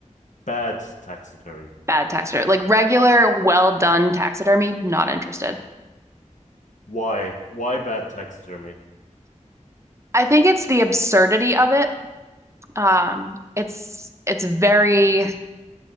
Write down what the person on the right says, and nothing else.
Bad taxidermy, like regular, well done taxidermy, not interested.
I think it's the absurdity of it. Um, it's it's very